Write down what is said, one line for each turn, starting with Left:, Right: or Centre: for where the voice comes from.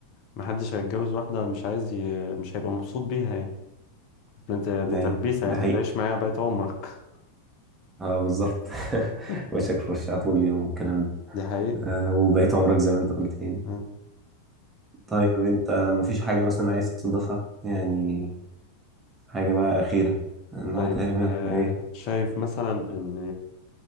Left: محدش هيتجوز واحدة مش عايز ي... مش هيبقى مبسوط بيها يعني أصل انت دي
Right: أيوه
Left: تلبيسة
Right: ده
Left: يعني
Right: حقيقي
Left: هتعيش معاها بقية عمرك
Right: أه بالظبط <laughs>
Left: <laughs>
Right: وشك في وشها طول اليوم والكلام ده
Left: دي حقيقة
Right: آه، وبقيت عمرك زي ما أنت قلت يعني
Left: آه.
Right: طيب أنت مفيش حاجة مثلا عايز تضيفها يعني حاجة بقى أخيرة إن
Left: طيب
Right: هو تقريبا
Left: آه
Right: إحنا إيه
Left: شايف مثلا ان